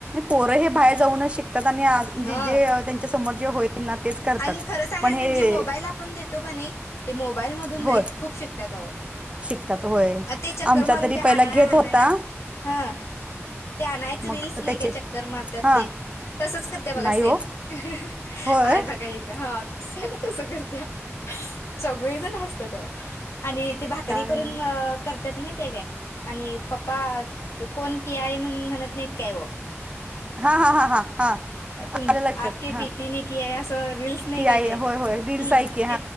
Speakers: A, on the right; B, on the left.
A: पोरं हे बाहेर जाऊनच शिकतात आणि म्हणजे
B: हा
A: जे त्यांच्या समोर जे होईल ना तेच करतात.
B: आणि खरं सांगायच
A: पण हे
B: म्हणजे मोबाईल आपण देतो काय नाही. ते मोबाईल मधून लई
A: होय
B: खूप शिकत्यात आहो.
A: शिकतात होय
B: अ ते चक्कर
A: आमचा
B: मारून
A: तरी
B: ते
A: पहिला
B: आनाया
A: घेत
B: आनाया,
A: होता
B: हा ते आणायच
A: मग
B: रील्स नाही
A: त्याचे
B: काय चक्कर मारतात.
A: हा
B: तसच करत्या बघा
A: नाही
B: सेम,
A: हो
B: आहेय
A: होय
B: बघा इथं. सेम तस करत्या. सगळीजण हसत्यात अहो आणि ते भाकरी
A: काय
B: करून
A: न
B: मग त्यात माहिताय काय आणि पप्पा कोण किया आहे म्हण म्हणत नाहीत काय ओ.
A: हा हा हा हा हा
B: तुम
A: आलं लक्षात
B: आपके बेटीने
A: हा
B: किया है अस रीलस नाही
A: की
B: काय
A: आई
B: ते हम्म
A: होय होय रीलस आहे की
B: ते,